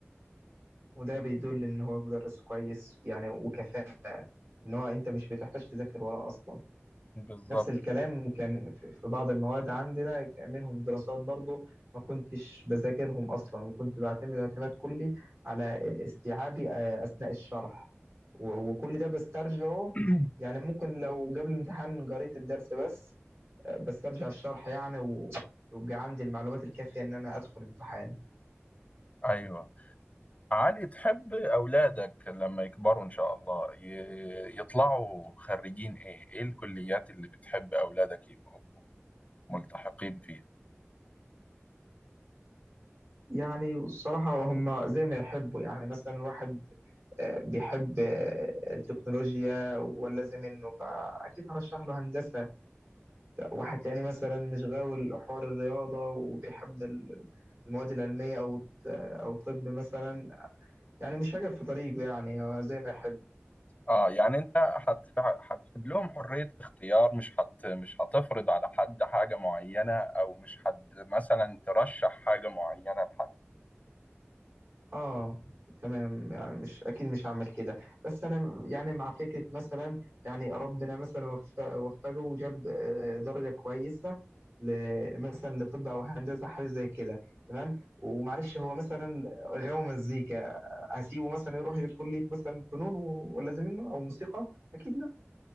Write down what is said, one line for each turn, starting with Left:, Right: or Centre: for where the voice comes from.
Right: وده بيدل ان هو مدرس كويس يعني وكفاءة ان هو انت مش بتحتاج تذاكر وراه اصلا
Left: بالظبط
Right: نفس الكلام كان في في بعض المواد عندنا كان منهم دراسات برضو ما كنتش بذاكرهم اصلا وكنت بعتمد اعتماد كلي على استيعابي آه، اثناء الشرح و- وكل ده بسترجعه
Left: <clears throat>
Right: يعني ممكن لو قبل الامتحان قريت الدرس بس آه، بسترجع الشرح يعني و- ويبقى عندي المعلومات الكافية ان انا ادخل امتحان
Left: أيوه علي تحب أولادك لما يكبروا إن شاء الله ي- يطلعوا خريجين إيه؟ إيه الكليات اللي بتحب أولادك يبقوا ملتحقين فيها؟
Right: يعني الصراحة هم زي ما يحبوا يعني مثلا واحد آه، بيحب آه، التكنولوجيا ولازم منه فأكيد هرشح له هندسة واحد تاني مثلا مش غاوي حوار الرياضة وبيحب ال- المواد العلمية أو آه، أو طب مثلا يعني مش هجف في طريقه يعني هو زي ما يحب
Left: آه يعني أنت هت- هتسيب لهم حرية الاختيار مش هت مش هتفرض على حد حاجة معينة أو مش حد مثلا ترشح حاجة معينة لحد
Right: اه تمام يعني مش اكيد مش هعمل كده بس انا يعني مع فكره مثلا يعني ربنا مثلا وف- وفقه وجاب آه، درجه كويسه ل- مثلا لطب او هندسه حاجه زي كده تمام ومعلش هو مثلا غاوي مزيكا هسيبه مثلا يروح كليه مثلا فنون و- ولا زي منه او موسيقى اكيد لا